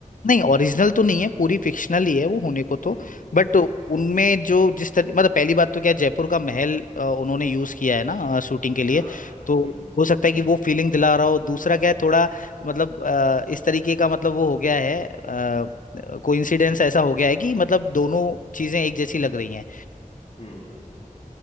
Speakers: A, on the left; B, on the left.
A: नहीं ओरिजिनल तो नहीं है पूरी फिक्शनल ही है वो होने को तो
B: हम्म
A: बट उनमें जो जिस तरह मतलब पहली बात तो क्या जयपुर का महल अ, उन्होंने यूज किया है ना शूटिंग
B: अच्छा
A: के लिए
B: हम्म
A: तो
B: हम्म
A: हो सकता है कि वो फीलिंग दिला रहा हो दूसरा क्या है थोड़ा मतलब अ, इस तरीके का मतलब वो हो गया है कोइंसिडेंस ऐसा हो गया है कि मतलब दोनों चीजें एक जैसी लग रही हैं
B: हम्म,